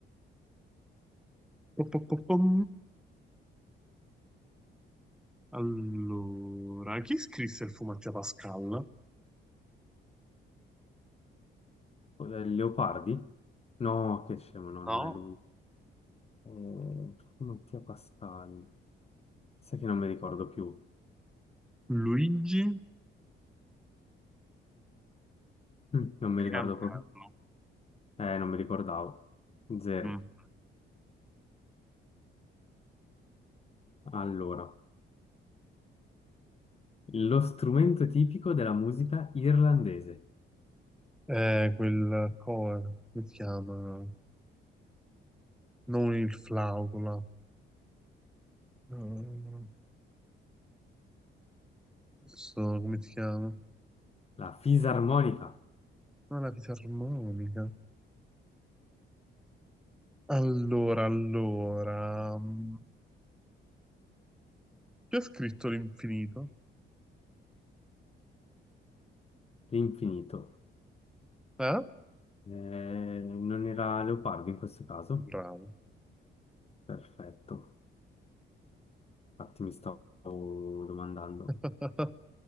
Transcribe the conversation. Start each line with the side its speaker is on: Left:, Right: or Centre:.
Centre: Po- po- po- pom. Allora, chi scrisse il Fumetti a Pascal?
Left: Eh, Leopardi? No, che scemo, no,
Centre: No,
Left: non è lui. Eh, Mattia Pascal. Sai che non mi ricordo più.
Centre: Luigi
Left: Mm, non mi
Centre: Pirandello.
Left: ricordo proprio. Eh, non mi ricordavo. Zero.
Centre: Mm.
Left: Allora, lo strumento tipico della musica irlandese,
Centre: Eh, quel cover, come si chiama? Non il flauto, là. Eh, Non so come si chiama.
Left: la fisarmonica,
Centre: Ma la fisarmonica. Allora, allora, mm, chi ha scritto l'infinito?
Left: l'infinito.
Centre: Eh?
Left: Eh, non era leopardo in questo caso?
Centre: Bravo.
Left: Perfetto, infatti mi stavo domandando.
Centre: <laughs>